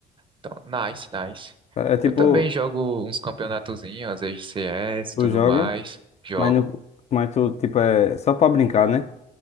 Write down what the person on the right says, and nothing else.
Então, nice, nice.
Eu também jogo uns campeonatozinhos, às vezes CS
e tudo
mais. Jogo.